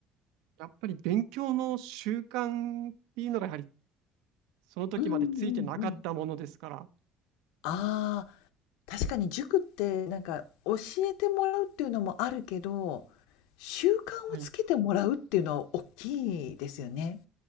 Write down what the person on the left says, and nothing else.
うんうんうん。ああ、確かに塾ってなんか教えてもらうっていうのもあるけど、習慣をつけてもらうっていうのは大きいですよね。